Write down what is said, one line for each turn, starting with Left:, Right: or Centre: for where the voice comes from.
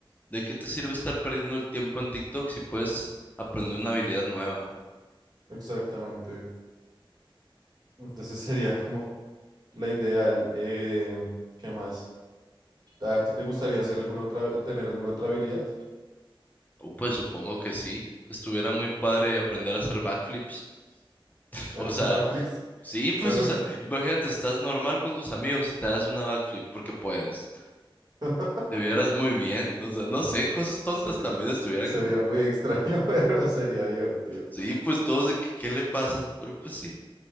Left: ¿de qué te sirve estar perdiendo el tiempo en TikTok si puedes aprender una habilidad nueva?
Right: exactamente. Entonces <laughs> sería como la ideal. Eh, ¿qué más? ¿A ti te gustaría hacer alguna otra, tener alguna otra habilidad?
Left: O pues supongo que sí, estuviera muy padre aprender a hacer backflips. <laughs>
Right: <laughs> Ah,
Left: O sea,
Right: Backflips,
Left: sí, pues,
Right: claro.
Left: o sea, imagínate, estás normal con tus amigos y te das una backflip porque puedes.
Right: <laughs>
Left: Te vieras muy bien, o sea, no sé, cosas
Right: Sería,
Left: tontas también estuviera
Right: sería
Left: cool.
Right: muy extraño, <laughs> pero sería divertido
Left: Sí, pues todos de que, ¿qué le pasa? Pero pues sí,